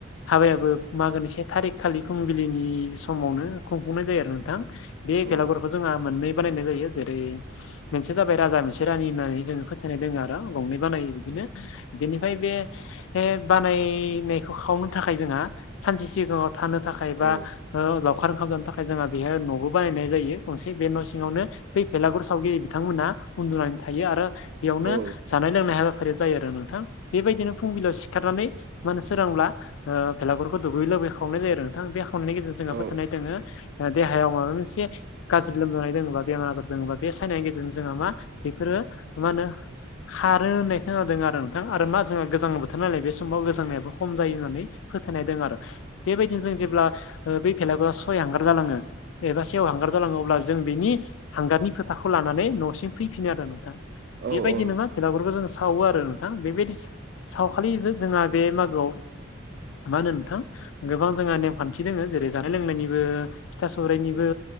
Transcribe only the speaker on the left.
हाबायाबो मागोनि से थारिख खालि फुंबिलिनि समावनो खुंफुंनाय जायो आरो नोंथां बे
खेलागुरखौ जोंहा मोननै बानायनाय जायो जेरै मोनसे जाबाय राजा मोनसे रानि होननानै जोङो फो फासनाय दोङ आरो गंनै बानायो बिदिनो बेनिफ्राय बे बानायनायखौ खावनो थाखाय जोंहा सानसे सिगाङाव थानो थाखाय बा
लावखार ओंखाम जानो थाखाय जोंहा बेहाय न'बो बानायनाय जायो गंसे बे न' सिङावनो बै भेलागुर सावगिरि बिथांमोना उन्दुनानै थायो आरो बेयावनो
जानाय लोंनाय हाबाफारिया जायो आरो नोंथां बेबायदिनो फुंबिलियाव सिखारनानै मानो सोरांब्ला भलागुरखौ दुगै लुबै खावनाय जायो आरो नोंथां बे खावनायनिेजेरजोंोहा
फोथायनाय दोङो देहायाव माबा मोनसे गाज्रि लोमजानाय दङोबा बेमार आजार दोङबा बे सायनायनि गेजेरजों जोंहा मा बेफोरो मा होनो। खारो होननाय खोनादों आरो नोंथां आरो मा जोंहा गोजां बोथोर नालाय बे समाव गोजांनायाबो खम जायो होननानै फोथायनाय दं आरो बेबायदिनो जों जेब्ला बे फिलबोआ सय हांगार जालाङो एबा सेव हांगार जालाङो
अब्ला जों बेनि हांगारनि खोथाखौ लानानै न'सिम फैफिनो आरो नोंथाङा बेबायदि
नङा खेलाफोरखौ जों सावो आरो नोंथां बेबायदि सावखालिबो जोंहा बे मागोआव मा होनो नोंथां गोबां जोंहा नेमखान्थि दङ जेरै जानाय लोंनायनिबो फिथा सौरायाइनिबो